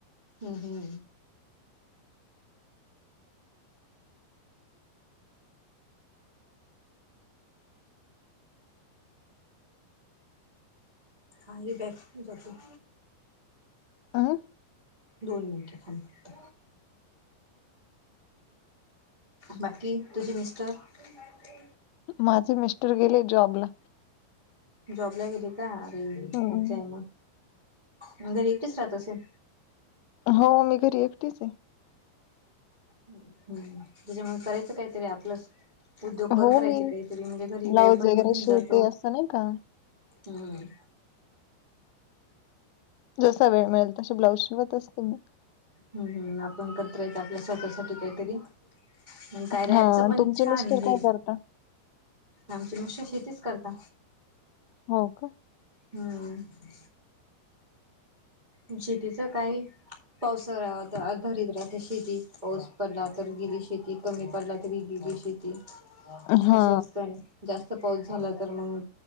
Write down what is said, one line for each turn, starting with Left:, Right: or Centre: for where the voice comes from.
Right: हुं, हुं काही बॅग <unintelligible> जातो.
Left: आह
Right: दोन मिनटं थांब फक्त बाकी तुझी मिस्टर ह ते
Left: माझे मिस्टर गेले जॉब ला
Right: जॉबला गेली का आरे
Left: हम्म
Right: मज्जा आहे म मग घरी एकटीच राहत असेन?
Left: हो मी घरी एकटीच आहे.
Right: हम्म तेच्यामुळ करायचं काहीतरी आपलंच. उद्योग करत
Left: हो
Right: राहायचे
Left: मी
Right: काहीतरी म्हणजे घरी
Left: ब्लाऊज
Right: वेळ पण
Left: वगैरे
Right: निघून
Left: शिवते
Right: जातो
Left: असं नाही का.
Right: हम्म.
Left: जसा वेळ मिळेल तसे ब्लाउज शिवत असते मी.
Right: हुं, हुं, आपण करत राहायच आपल्या स्वतःसाठी काहीतरी. म काय रॅपच
Left: हा
Right: पण
Left: तुमचे
Right: छान
Left: मिस्टर
Right: आहे
Left: काय
Right: हे.
Left: करता?
Right: आमची मग शेतीच करता.
Left: हो का?
Right: हम. मग शेतीच काही. पावसाळ्यातआर्धारीत राहत शेती पाऊस पडला तर गेली शेती कमी पडला तरी गेली शेती
Left: हा
Right: असं असतना. जास्त पाऊस झाला तर मग